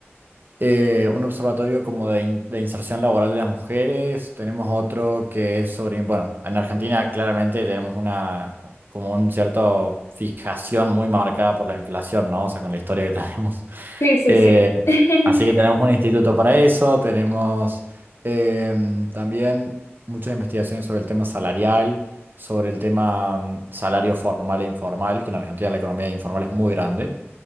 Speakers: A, on the right; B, on the left.
A: eh, un observatorio como de, in- de inserción laboral de las mujeres, tenemos otro que es sobre, bueno, en Argentina claramente tenemos una, como un cierto fijación muy marcada por la inflación, ¿no? O sea, con la historia que tenemos. <laughs>
B: Sí, sí,
A: Eh,
B: sí. <laughs>
A: así que tenemos un instituto para eso, tenemos em, también muchas investigaciones sobre el tema salarial, sobre el tema mm, salario formal e informal, que en Argentina la economía informal es muy grande.